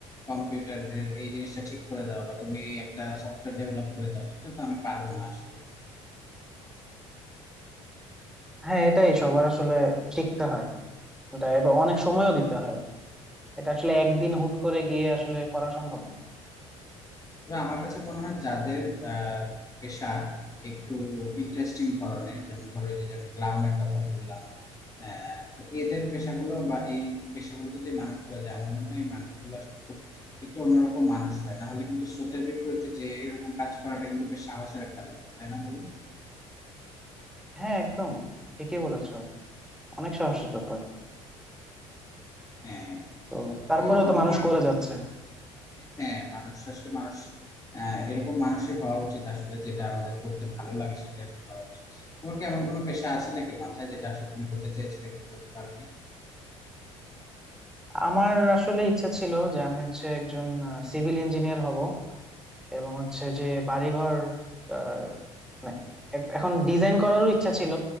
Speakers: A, on the left; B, in the centre.
A: কম্পিউটারের এই জিনিসটা ঠিক করে দাও বা তুমি এই একটা সফটওয়্যার ডেভেলপ করে দাও সেটা তো আমি পারবো না আসলে
B: হ্যাঁ এটাই সবার আসলে শিখতে হয় এটা এবার অনেক সময়ও দিতে হয় এটা আসলে একদিন হুট করে গিয়ে আসলে করা সম্ভব না
A: তবে আমার কাছে মনে হয় যাদের আহ, পেশা একটু ইন্টারেস্টিং ধরনের যেমন ধরো এই যে যেমন ক্লাউনের কথা বললাম আহ, তো এদের পেশাগুলো বা এই পেশাগুলোতে যে মানুষগুলো যায় আমার মনে হয় এই মানুষগুলো আসলে খুব একটু অন্যরকম মানুষ হয় না হলে কিন্তু স্রোতের বিপরীতে যে এরকম কাজ করাটা কিন্তু বেশ সাহসের একটা ব্যাপার তাই না বলুন
B: হ্যাঁ একদম ঠিকই বলেছো অনেক সাহসের ব্যাপার
A: হ্যাঁ
B: তো তারপরেও
A: তো
B: তো
A: তোমার
B: মানুষ করে
A: কি
B: যাচ্ছে
A: হ্যাঁ মানুষ আসলে মানুষ আহ, এরকম মানুষই হওয়া উচিত আসলে যেটা আমাদের করতে ভালো লাগে সেটা আসলে করা উচিত তোমার কি এমন কোনো পেশা আছে নাকি মাথায় যেটা আসলে তুমি হতে চেয়েছিলে কিন্তু হতে পারোনি
B: আমার আসলে ইচ্ছা ছিল যে আমি হচ্ছে একজন সিভিল ইঞ্জিনিয়ার হব এবং হচ্ছে যে বাড়িঘর আহ, মানে এ- এখন ডিজাইন করারও ইচ্ছা ছিল